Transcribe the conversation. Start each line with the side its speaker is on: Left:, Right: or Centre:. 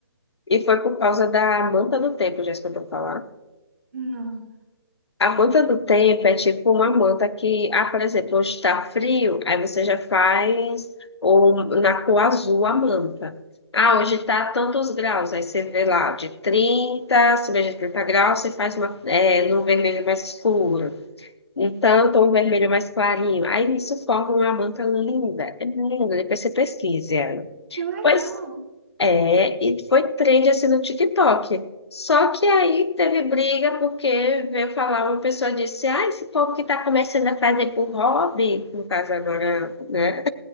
Left: E foi por causa da Amanda do Tempo, já escutou falar?
Right: Não.
Left: A manta do tempo é tipo uma manta que, ah, por exemplo, hoje está frio, aí você já faz ou na cor azul a manta. Ah, hoje está tantos graus, aí você vê lá de 30, acima de 30 graus, você faz uma, é, num vermelho mais escuro, em tanto um vermelho mais clarinho. Aí isso forma uma manta linda, é linda, depois você pesquise ela.
Right: Que legal.
Left: Pois é, e foi trend assim no TikTok. Só que aí teve briga porque veio falar, uma pessoa disse, ah, esse povo que está começando a fazer por hobby, no caso agora, né?